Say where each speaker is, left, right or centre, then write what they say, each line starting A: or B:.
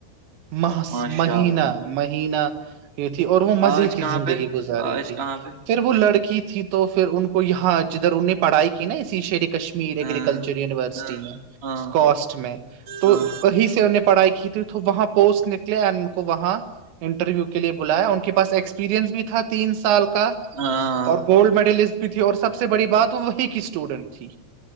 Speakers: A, on the right (about 80°); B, on the right (about 30°).
A: محس
B: ماشاء
A: مہینہ
B: اللہ
A: مہینہ یہ تھی اور وہ مزے
B: آج
A: کی
B: کہاں
A: زندگی
B: پہ
A: گزار رہی
B: آج
A: تھی
B: کہاں پہ
A: پھر وہ لڑکی تھی تو پھر ان کو یہاں جدھر انہوں پڑھائی کی نا اسی شیر کشمیر ایگریکلچر
B: ہاں
A: ینیورسٹی
B: ہاں
A: میں اسکسٹ
B: ہاں
A: میں تو
B: ہاں
A: ہی سے ان نے پڑھائی کی تھی تو وہاں پوسٹ نکل اینڈ ان کو وہاں انٹرویو کے لیے بلایا ان کو کے پاس ایکسپیرئنس بھی تھا تین سال کا
B: ہاں
A: اور گولڈ میڈلسٹ بھی تھی اور سب سے بڑی بات وہ وہی کی اسٹوڈنٹ تھی